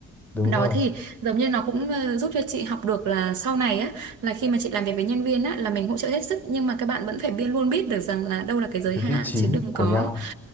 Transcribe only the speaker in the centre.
đúng
rồi
cái
vị trí
của
nhau